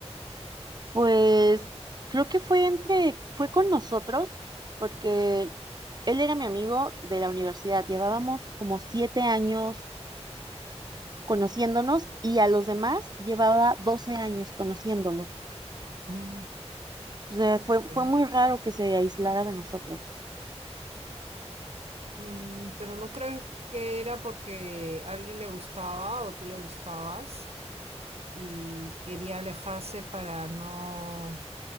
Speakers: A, on the right (about 40°); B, on the right (about 65°).
A: Pues creo que fue entre, fue con nosotros, porque él era mi amigo de la universidad. Llevábamos como siete años conociéndonos y a los demás llevaba doce años conociéndolos.
B: Mm,
A: O sea, fue,
B: ya.
A: fue muy raro que se aislara de nosotros.
B: Mm, pero no crees que era porque alguien le gustaba o tú le gustabas y quería alejarse para no